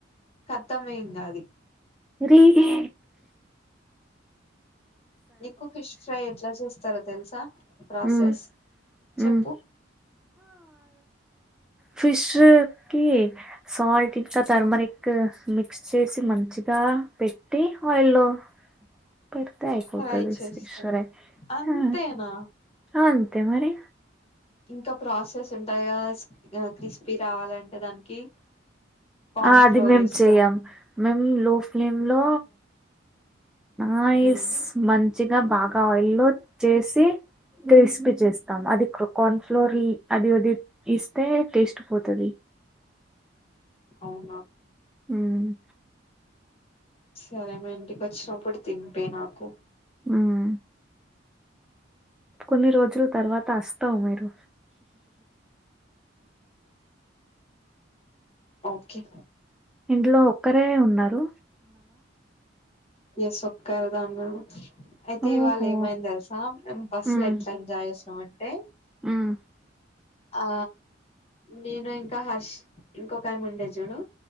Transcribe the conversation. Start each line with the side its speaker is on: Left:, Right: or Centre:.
Left: కతమే ఇంగ అది
Centre: రీ గే
Left: నీకు ఫిష్ ఫ్రై ఎట్లా చేస్తారో తెలుసా ప్రాసెస్
Centre: ఉమ్
Left: చెప్పు
Centre: ఉమ్ ఫిశృకి సాల్ట్ ఇంకా థర్మరిక్ మిక్స్ చేసి మంచిగా పెట్టి ఆయిల్లో పెడితే ఆయిపోతది
Left: ఫ్రై చేస్తాను
Centre: స్ షోరై
Left: అంతేనా
Centre: ఆ అంతే మరి
Left: ఇంకా ప్రాసెస్ ఉంటది కదా ఆ క్రిస్పీ రావాలంటే దానికి కార్న్
Centre: ఆ అది
Left: ఫ్లోర్
Centre: మేం
Left: వేస్తాం
Centre: చెయం మేమ్ లో ఫెమ్ లో ఆ
Left: మ్మ్
Centre: ఇస్ మన్ మంచిిగా బాగా ఆయిల్ లో చేసి క్రిస్పీ చేస్తాం అది కార్న్ ఫ్లోర్ అది అది ఇస్తే టేస్ట్ పోతది
Left: అవునా
Centre: హుమ్మ్
Left: సరే మీ ఇంటికి వచ్చినప్పుడు తినిపియ్ నాకు
Centre: మ్మ్ కొన్ని రోజుల తర్వాత వస్తారు మీరు
Left: ఓకే
Centre: ఇంట్లో ఒక్కరే ఉన్నారా
Left: ఎమ్ సర్కార్ దాని గురించి అయితే
Centre: ఓహో
Left: ఇవాళ ఏమైంది తెలుసా మేమ్ బస్
Centre: మ్మ్
Left: లా ఎట్లా ఎంజాయ్ చేసామంటే
Centre: మ్మ్
Left: ఆ నేను ఇంకా హర్ష్ ఇంకొకా ఆమె ఉండే చూడు